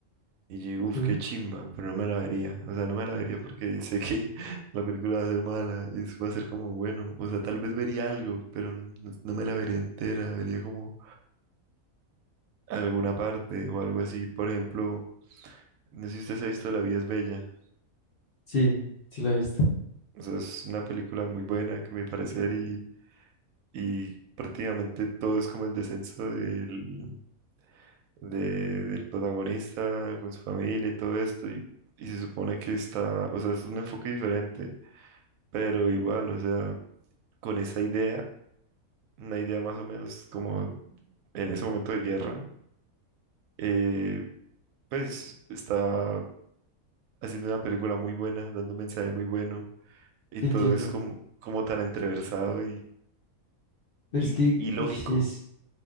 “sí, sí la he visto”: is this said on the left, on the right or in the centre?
Left